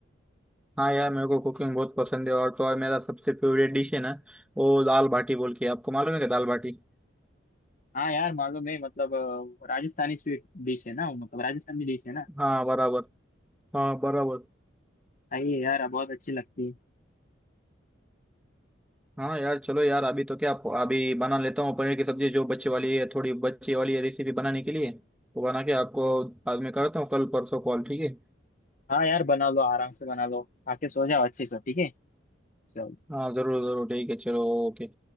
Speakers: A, in the centre; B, on the left.
A: हाँ यार मेरे को कुकिंग बहुत पसंद है और तो और मेरा सबसे फेवरेट डिश है ना वो दाल बाटी बोल के आपको मालूम है क्या दाल बाटी
B: हाँ यार मालूम है मतलब अ, राजस्थानी स्वीट डिश है ना वो, मतलब राजस्थानी डिश है ना
A: हाँ बराबर हाँ बराबर
B: खाइए यार बहुत अच्छी लगती है
A: हाँ यार चलो यार अभी तो क्या अभी बना लेता हूँ पनीर की सब्जी जो बच्चे वाली है थोड़ी बच्चे वाली है रेसिपी बनाने के लिए तो बना के आपको बाद में करता हूँ कल परसों कॉल ठीक है
B: हाँ यार बना लो आराम से बना लो आके सो जाओ अच्छे से ठीक है चलो
A: हाँ जरूर जरूर ठीक है चलो ओके